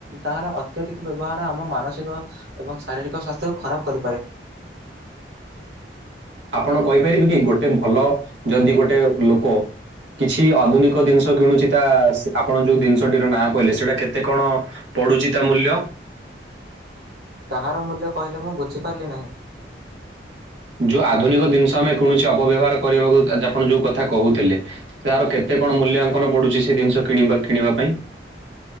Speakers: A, on the right (about 60°); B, on the right (about 80°).
A: ତାହାର ଅତ୍ୟଧିକ ବ୍ୟବହାର ଆମ ମାନସିକ ଏବଂ ଶାରୀରିକ ସ୍ୱାସ୍ଥ୍ୟକୁ ଖରାପ କରିପାରେ।
B: ଆପଣ କହିପାରିବେ କି? ଗୋଟେ ଭଲ ଯଦି ଗୋଟେ ଲୋକ କିଛି ଆଧୁନିକ ଜିନିଷ କିଣୁଛି ତା, ଆପଣ ଯଉଁ ଜିନିଷଟିର ନାଁ କହିଲେ ସେଇଟା କେତେ କଣ ପଡୁଛି ତା ମୂଲ୍ୟ?
A: କାହାର ମୂଲ୍ୟ କହିଲେ ମୁଁ ବୁଝିପାରିଲି ନାହିଁ।
B: ଯୋଉ ଆଧୁନିକ ଜିନିଷ ଆମେ କୌଣସି ଅପବ୍ୟବହାର କରିବାକୁ ଆପଣ ଯୋଉ କଥା କହୁଥିଲେ ତାର କେତେ କଣ ମୂଲ୍ୟାଙ୍କନ ପଡ଼ୁଛି ସେ ଜିନିଷ କିଣିବା କିଣିବା ପାଇଁ?